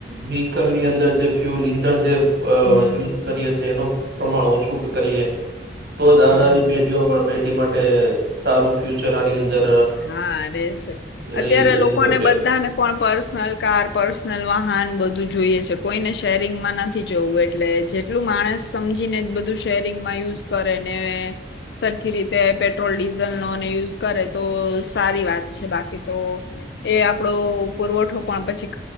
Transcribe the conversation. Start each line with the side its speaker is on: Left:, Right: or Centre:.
Right: વેહિકલ ની અંદર જે ફ્યૂલ ઈંધણ જે અ
Left: હમ હમ
Right: યુઝ કરીએ છીએ એનું પ્રમાણ ઓછું કરીએ તો જ આવનારી
Left: હમ
Right: પેઢીઓમાં પેઢી માટે સારું. ફ્યુચર આની અંદર
Left: હા એ છે. અત્યારે
Right: રહી રહી
Left: લોકોને
Right: શકે
Left: બધાને પણ પર્સનલ કાર પર્સનલ વા મકાન બધું જોઈય છે કોઈને શેરિંગમાં નથી જોવું એટલે જેટલું માણસ સમજીને બધું શેરિંગમાં યુઝ કરે ને સરખી રીતે પેટ્રોલ ડીઝલ નોને યુઝ કરે. તો સારી વાત છે બાકી તો એ આપડો પુરવઠો પણ પછી